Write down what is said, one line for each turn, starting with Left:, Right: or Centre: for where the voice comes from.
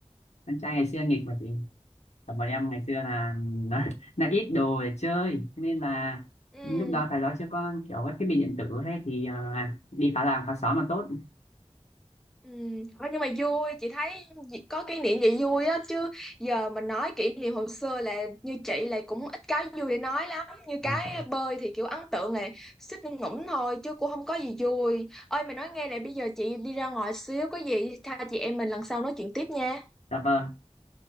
Left: anh trai ngày xưa nghịch mà chị Còn bọn em ngày xưa là là ít đồ để chơi Thế nên là
Centre: ừ
Left: lúc đó thời đó chưa có kiểu các thiết bị điện tử thế thì ờ, à, đi phá làng phá xóm là tốt
Centre: Ừ. thôi nhưng mà vui chị thấy chị có kỷ niệm vậy vui á chứ giờ mình nói kỷ niệm hồi xưa là như chị là cũng ít cái vui để nói lắm như
Left: Vâng,
Centre: cái
Left: vâng.
Centre: bơi thì kiểu ấn tượng là suýt ngủm ngủm thôi chứ cũng không có gì vui ơi mày nói nghe nè bây giờ chị đi ra ngoài xíu có gì tha chị em mình lần sau nói chuyện tiếp nha
Left: dạ vâng